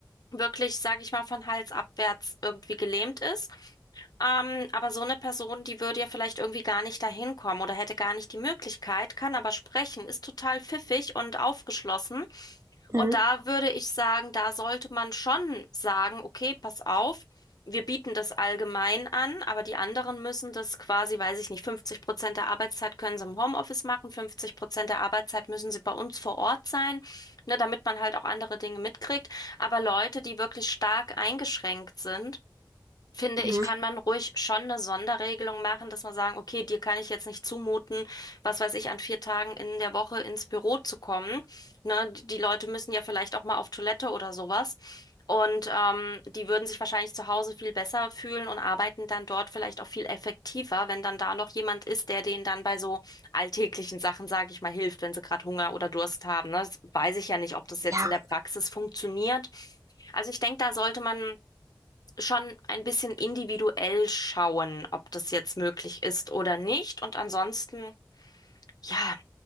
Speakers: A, on the left; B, on the right.
A: wirklich, sage ich mal, von Hals abwärts irgendwie gelähmt ist. Ähm, aber so eine Person, die würde ja vielleicht irgendwie gar nicht dahin kommen oder hätte gar nicht die Möglichkeit, kann aber sprechen, ist total pfiffig und aufgeschlossen. Und
B: mhm,
A: da würde ich sagen, da sollte man schon sagen, okay, pass auf, wir bieten das allgemein an, aber die anderen müssen das quasi, weiß ich nicht, 50 Prozent der Arbeitszeit können sie im Homeoffice machen, 50 Prozent der Arbeitszeit müssen sie bei uns vor Ort sein, ne, damit man halt auch andere Dinge mitkriegt. Aber Leute, die wirklich stark eingeschränkt sind, finde
B: mhm,
A: ich,
B: mhm.
A: kann man ruhig schon eine Sonderregelung machen, dass man sagen, okay, dir kann ich jetzt nicht zumuten, was weiß ich, an vier Tagen in der Woche ins Büro zu kommen. Ne, die Leute müssen ja vielleicht auch mal auf Toilette oder sowas. Und ähm, die würden sich wahrscheinlich zu Hause viel besser fühlen und arbeiten dann dort vielleicht auch viel effektiver, wenn dann da noch jemand ist, der denen dann bei so alltäglichen Sachen, sage ich mal, hilft, wenn sie gerade Hunger oder Durst haben. Ne? Das weiß ich ja nicht, ob das jetzt
B: Ja,
A: in der Praxis funktioniert. Also ich denke, da sollte man schon ein bisschen individuell schauen, ob das jetzt möglich ist oder nicht. Und ansonsten, ja,